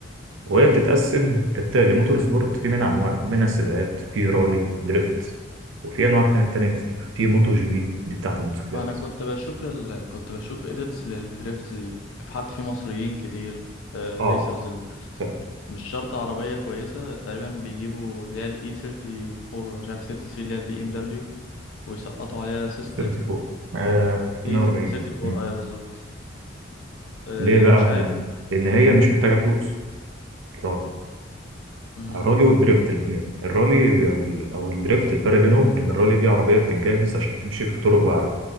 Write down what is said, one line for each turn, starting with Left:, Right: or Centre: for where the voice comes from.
Right: وهي
Left: ايوه
Right: بتتقسم كالتالي موتور سبورت في منها أنواع في منها سباقات في رالي دريفت وفي أنواع كا- تانية كتير في موتو جي بي دي بتاعة الموتوسيكلات
Left: انا كنت بشوف ال... كنت بشوف اديتس للدريفت دي حتى في مصريين كتير آه،
Right: اه
Left: ريسرز للدريفت
Right: فعلا
Left: مش شرط عربية كويسة تقريبا بيجيبوا اللي هي الاي 34 ولا مش عارف 6 سي اللي هي البي ام دبليو ويسقطوا عليها سيستم
Right: 34 آه 340
Left: اي 34
Right: مم.
Left: ايوه بالظبط آه،
Right: ليه بقى؟
Left: مش عارف
Right: لأن لأن هي مش محتاجة فلوس الرالي
Left: امم
Right: الرالي والدريفت الاتنين الرالي أو ال... أو الدريفت الفرق بينهم إن الرالي دي عربية بتتجهز عشان تمشي في طرق وعرة